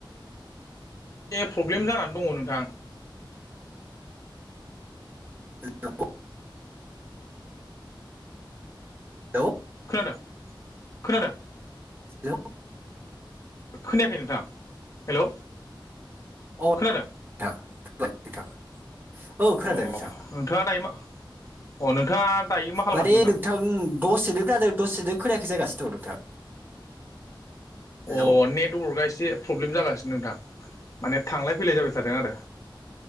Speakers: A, on the left (about 40°); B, on the right (about 25°).
A: ए प्रब्लेम जानानै दङ नोंथां।
B: हेलौ! हेलौ
A: खोनादों खोनादों?
B: हेलौ ।
A: खोनायाखै नोंथां हेल'।
B: अ
A: खोनादों
B: <unintelligible> खोनादों
A: अ
B: नोंथां
A: नोंथाङा दायो मा अ नोंथां नोंथाङा दायो मा खालामगासिनो
B: माने नोंथां दसेनो खोनादों दसेनो खोनायाखै जागासिनो दं नोंथां हेलौ
A: अ नेटवर्कआ एसे प्रब्लेम जागासिनो नोंथां माने थांलाय फैलाय जाबाय थादों आरो